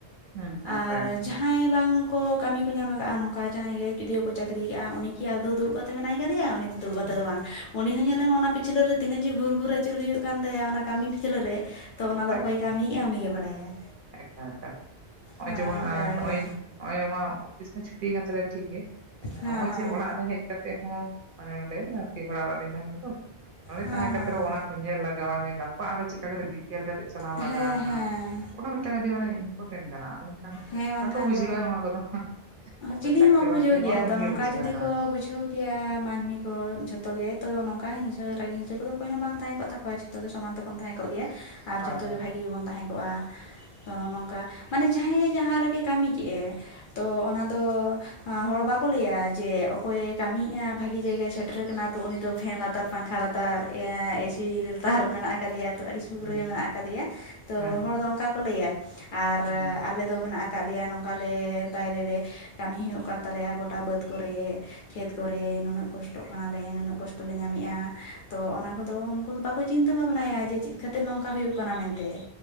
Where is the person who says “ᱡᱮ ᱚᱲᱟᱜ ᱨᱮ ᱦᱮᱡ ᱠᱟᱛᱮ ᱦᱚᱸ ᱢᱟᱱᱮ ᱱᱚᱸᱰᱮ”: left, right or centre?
Right